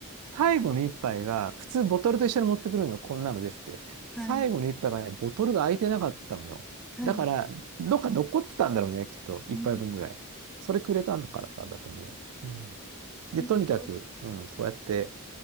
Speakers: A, on the right (about 80°); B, in the centre.
A: 最後の一杯が、普通ボトルと一緒に持ってくるの、こんなのですって。
B: はい、
A: 最後の一杯がね、ボトルが開いてなかったのよ。
B: はい。
A: だから、どっか残ってたんだろうね、きっと。一杯分ぐらい。
B: うん
A: それくれたのからさ、だと思う。うん。で、
B: なんか、
A: とにかく、
B: すごい
A: うん、そうやって、